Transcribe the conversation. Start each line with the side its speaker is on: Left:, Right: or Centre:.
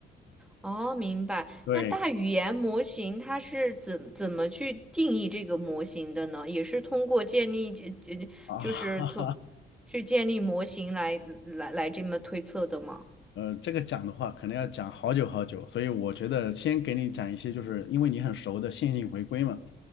Centre: 哦，明白。
Left: 对
Centre: 那大语言模型它是怎怎么去定义这个模型的呢？也是通过建立这这就是通
Left: 啊，
Centre: 去建立模型来来来这么推测的吗？
Left: 呃，这个讲的话可能要讲好久好久，所以我觉得先给你讲一些，就是因为你很熟的线性回归嘛。